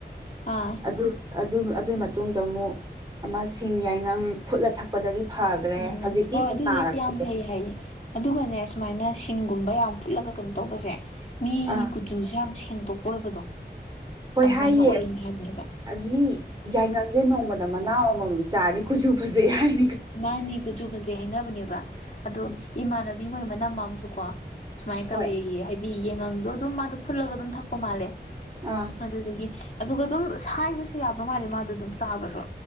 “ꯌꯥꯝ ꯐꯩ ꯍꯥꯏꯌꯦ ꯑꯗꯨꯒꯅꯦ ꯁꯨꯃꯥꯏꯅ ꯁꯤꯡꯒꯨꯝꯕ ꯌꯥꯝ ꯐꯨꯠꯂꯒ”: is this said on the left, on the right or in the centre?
Left